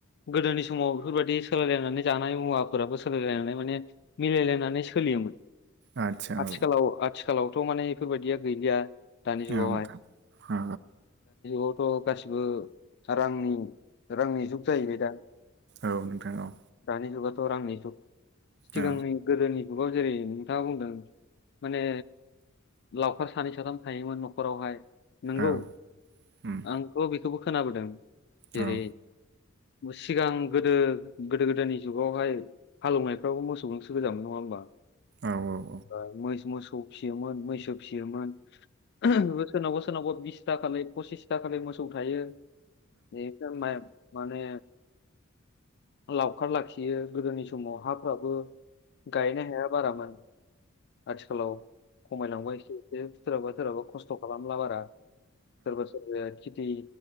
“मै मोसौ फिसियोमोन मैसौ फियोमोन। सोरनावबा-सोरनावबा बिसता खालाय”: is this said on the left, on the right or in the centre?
Left